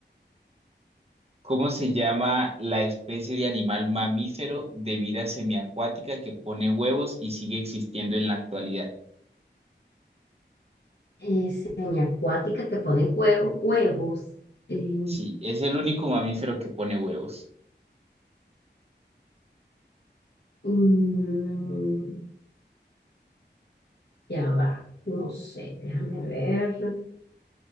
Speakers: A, on the right (about 35°); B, on the left (about 60°).
A: ¿Cómo se llama la especie de animal mamífero de vida semiacuática que pone huevos y sigue existiendo en la actualidad?
B: Eh, semiacuática que ponen huevo, huevos. eh,
A: Sí, es el único mamífero que pone huevos.
B: Mm, ya va, no sé, déjame ver.